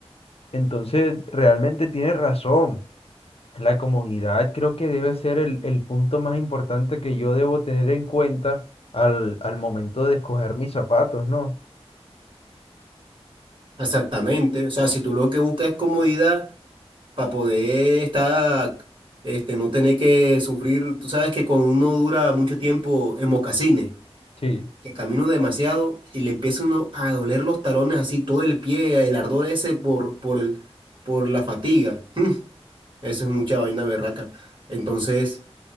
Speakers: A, on the left; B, on the right.
A: Entonces, realmente tienes razón. La comodidad creo que debe ser el, el punto más importante que yo debo tener en cuenta al, al momento de escoger mis zapatos, ¿no?
B: Exactamente, o sea, si tú lo que buscas es comodidad para poder estar, este, no tener que sufrir, tú sabes que cuando uno dura mucho tiempo en mocasines.
A: Sí.
B: que camino demasiado y le empieza uno a doler los talones así, todo el pie, el ardor ese por, por el, por la fatiga. <laughs> Eso es mucha vaina berraca. Entonces,